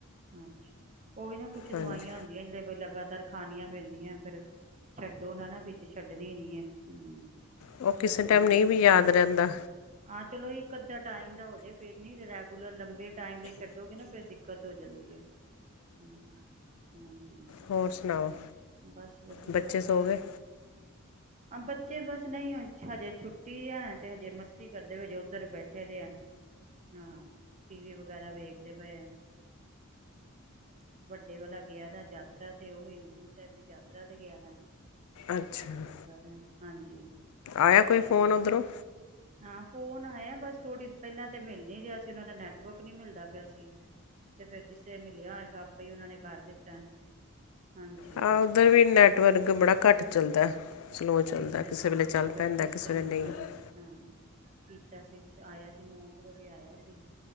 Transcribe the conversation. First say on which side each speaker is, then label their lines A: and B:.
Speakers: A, on the right; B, on the left.
A: ਅੱਛਾ ਉਹ ਵੀ ਨਾ ਕੁਛ
B: ਹਾਂਜੀ
A: ਦਵਾਈਆਂ ਹੁੰਦੀਆਂ ਜਿਹੜੇ ਲੱਗਾ ਤਰਖਣੀਆਂ ਪੈਂਦੀਆਂ ਫੇਿਰ ਛੱਡੋ ਨਾ-ਨਾ ਵਿੱਚ ਛੱਡਣੇ ਹੀ ਨੀ ਹੈ ਹੂੰ।
B: ਉਹ ਕਿਸੇ
A: ਛੱਡ
B: ਟਾਈਮ
A: ਨਾ
B: ਨਹੀਂ
A: ਫਿਰ
B: ਵੀ ਯਾਦ ਰਹਿੰਦਾ
A: ਆਹ ਚਲੋ ਏਕ ਅੱਧਾ ਟਾਈਮ ਦਾ ਹੋ ਜੇ ਫੇਰ ਨੀ ਰੈਗੂਲਰ ਲੰਬੇ ਟਾਈਮ ਲਈ ਛੱਡੋਗੇ ਨਾ ਫੇਿਰ ਦਿੱਕਤ ਹੋ ਜਾਂਦੀ ਹੈ। ਹੁਂ, ਹਾਂਜੀ।
B: ਹੋਰ ਸੁਣਾਓ
A: ਬਸ ਵਧੀਆ-ਵਧੀਆ।
B: ਬੱਚੇ ਸੋ ਗਏ
A: ਆ ਬੱਚੇ ਬਸ ਨਹੀਂ ਹਜੇ ਛੁੱਟੀ ਐ ਤੇ ਹਜੇ ਮਸਤੀ ਕਰਦੇ, ਹਜੇ ਉੱਧਰ ਬੈਠੇ ਦੇ ਆ। ਹਾਂ, ਟੀ ਵੀ ਵਗੈਰਾ ਵੇਖ <unintelligible> ਲੇ ਪਏ ਆਂ, ਵੱਡੇ ਵਾਲਾ ਗਿਆ ਦਾ ਯਾਤਰਾ ਤੇ ਉਹ ਵੀ ਗੁਰੂ ਸਾਹਿਬ ਦੀ ਯਾਤਰਾ ਤੇ ਗਿਆ ਆ। ਛੋਟਾ
B: ਅੱਛਾ
A: ਅਜੇ ਲੱਗਾ ਦਾ, ਹਾਂਜੀ,
B: ਆਇਆ ਕੋਈ
A: ਹੂੰ।
B: ਫੋਨ ਉੱਧਰੋਂ
A: ਹਾਂ ਫੋਨ ਆ ਖਾਯਾ ਬਸ ਥੋੜੀ। ਪਹਿਲਾਂ ਤੇ ਮਿਲ ਨੀ ਰਿਹਾ ਸੀ, ਉਹਨਾਂ ਦਾ ਨੈਟਵਰਕ ਨਹੀਂ ਮਿਲਦਾ ਪਿਆ ਸੀ। ਤੇ ਫੇਰ ਜਿਸ ਸੇ ਮਿਲਿਆ ਹੋਏਗਾ ਆਪੇ ਹੀ ਉਹਨਾ ਨੇ ਕਰ ਦਿੱਤਾ। ਹਾਂਜੀ।
B: ਹਾਂ, ਉੱਧਰ ਵੀ ਨੈਟਵਰਕ ਬੜਾ ਘੱਟ ਚੱਲਦਾ। ਸਲੋ ਚੱਲਦਾ
A: ਹੂੰ,
B: ਕਿਸੇ ਵੇਲੇ ਚੱਲ
A: ਹਾਂ ਫਿਰ
B: ਪੈਂਦਾ
A: ਕੀਤਾ।
B: ਕਿਸੇ ਵੇਲੇ ਨਹੀਂ
A: ਹਾਂਜੀ, ਹਾਂ। ਕੀਤਾ ਸੀ। ਆਇਆ ਸੀ ਨੌ ਕੁ ਵਜੇ ਆਇਆ ਸੀ,